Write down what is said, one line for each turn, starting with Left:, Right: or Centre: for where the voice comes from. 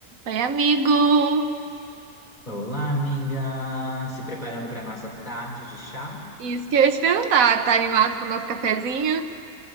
Right: Oi, amigo!
Left: Olá, amiga! Se preparando para nossa tarde de chá?
Right: Isso que eu ia te perguntar, tá animado pro nosso cafezinho?